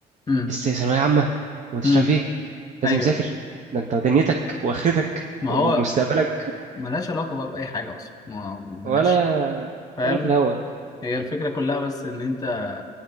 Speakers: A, on the left; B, on the right.
A: امم
B: تحس ثانويه عامه وانت
A: امم
B: مش عارف ايه لازم
A: ايوه
B: تذاكر ده انت دنيتك واخرتك
A: ما
B: ومستقبلك
A: هو ملهاش علاقة بقى بأي حاجة أصلا ما ملهاش
B: ولا
A: فاهم
B: ولا في الهوا
A: هي الفكرة كلها بس إن أنت